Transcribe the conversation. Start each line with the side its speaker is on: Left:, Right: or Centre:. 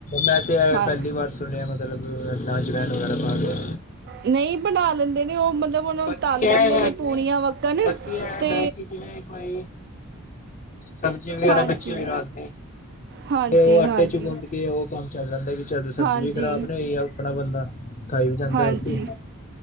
Left: ਮੈਂ ਤੇ
Right: ਹਾਂ
Left: ਪੈਲੀ ਵਾਰ ਸੁਣਿਆ ਮਤਲਬਾਂਜਵਾੈਨ ਵਗੈਰਾ ਪਾ ਗਿਆ
Right: ਨਹੀਂ ਬਣਾ ਲੈਂਦੇ ਨੇ ਉਹ ਮਤਲਬ ਉਹਨੂੰ
Left: ਬਾਕੀ
Right: ਤਲ
Left: ਇਹ
Right: ਲੈਂਦੇ
Left: ਹੈ
Right: ਨੇ
Left: ਕਿ
Right: ਪੂੜੀਆਂ ਵੱਕਣ
Left: ਬਾਕੀ ਇਹ
Right: ਤੇ
Left: ਹੈ ਕਿ ਜਿਵੇਂ ਕੋਈ ਸਬਜ਼ੀ ਵਗੈਰਾ
Right: ਹਾਂਜੀ
Left: ਬੱਚੀ ਵੀ ਰਾਤਦੀ
Right: ਹਾਂਜੀ
Left: ਤੇ ਉਹ ਆਟੇ
Right: ਹਾਂਜੀ
Left: ਗੁੰਨ ਦੀ ਕਿ ਉਹ ਕੰਮ ਚੱਲ ਜਾਂਦਾ ਕਿ ਚੱਲ ਸਬਜ਼ੀ
Right: ਹਾਂਜੀ
Left: ਵੀ ਖ਼ਰਾਬ ਨ ਹੋਈ ਆ ਆਪਣਾ ਬੰਦਾ ਖਾਈ ਵੀ ਜਾਂਦਾ
Right: ਹਾਂਜੀ
Left: ਰੋਟੀ